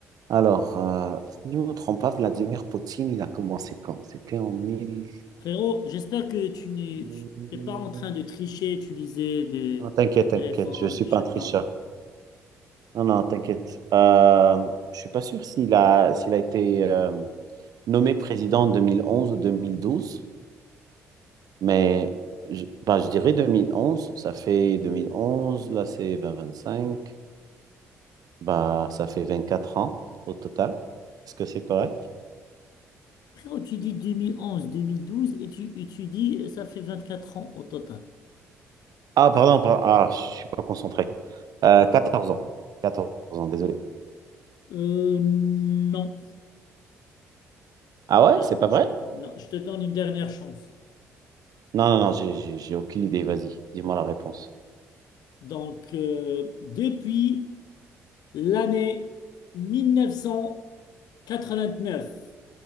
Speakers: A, on the right; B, on the left.
A: Alors, euh, si je me trompe pas, Vladimir Poutine, il a commencé quand? C'était en mille
B: Frérot, j'espère que tu n'es
A: Non,
B: tu- t'es pas en train de tricher, utiliser des
A: t'inquiète, t'inquiète,
B: téléphones,
A: je suis pas
B: je sais
A: un tricheur.
B: pas.
A: Non, non, t'inquiète. Euh, je suis pas sûr s'il a, s'il a été euh, nommé président en 2011 ou deux mille douze mais je, bah, je dirais deux mille onze ça fait deux mille onze là c'est vingt vingt cinq Bah, ça fait 24 ans au total. Est-ce que c'est correct?
B: Frérot, tu dis 2011, 2012 et tu, et tu dis euh, ça fait vingt-quatre ans au total.
A: Ah, pardon, par- ah, je suis pas concentré. Euh, 14 ans. quatorze ans, désolé.
B: Euh, non.
A: Ah ouais,
B: Je-
A: c'est pas vrai?
B: Non, je te donne une dernière chance.
A: Non, non, non, j'ai j'ai- j'ai aucune idée. Vas-y, dis-moi la réponse.
B: Donc, euh, depuis l'année mille neuf cent quatre-vingt-neuf,